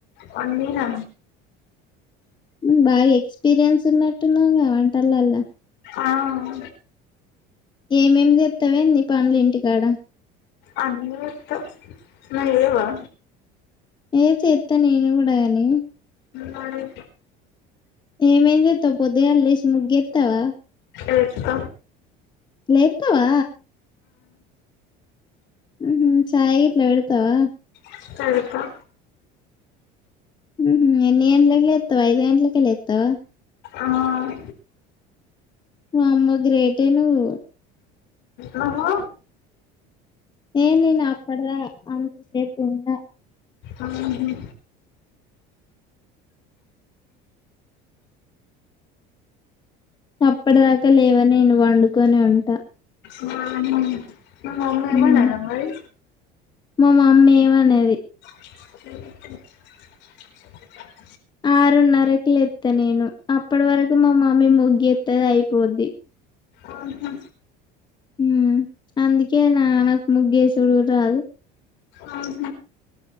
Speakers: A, on the left (about 65°); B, on the left (about 25°).
A: వండినా
B: ఊ బాగ ఎక్స్పీరియన్స్ ఉన్నట్టున్నవు గా వంటలల్ల.
A: ఆహ్.
B: ఏమేం చేత్తవ్ ఏంది పనులు ఇంటికాడ.
A: అన్ని చేస్త నువ్వు చెయ్యవా.
B: ఏ చేత్త నేను గూడ గని.
A: మడి.
B: ఏమేం చెత్తవ్ పోద్దుగలెషి ముగ్గేత్తవా.
A: ఏత్త.
B: లేత్తవా. ఉహు చాయ్ గిట్ల వెడ్తవా.
A: ఇంట్లా పెడ్త.
B: ఉహు ఎన్ని గంట్లక్ లెత్తవ్ ఐదు గంట్లకే లేత్తవ.
A: ఆహ్.
B: వామ్మో గ్రేటే నువ్వు.
A: నువ్వు.
B: ఏ నేను అప్పుడ్దా అంత సేప్ ఉండ.
A: ఉమ్, ఉమ్,
B: అప్పడ్దాకా లేవ నేను పండుకొనే ఉంటా.
A: వామ్మో మీ మమ్మి ఏమనద
B: హ్మ్.
A: మరి.
B: మా మమ్మీ ఏం అనది.
A: ఊహు.
B: ఆరున్నరకు లేత్త నేను. అప్పడు వరకు మా మమ్మి ముగ్గేత్తది ఐపోద్ది.
A: ఆహ.
B: మ్మ్ అందుకేనా నాకు ముగ్గేసుడు గుడ రాదు.
A: ఆహ్.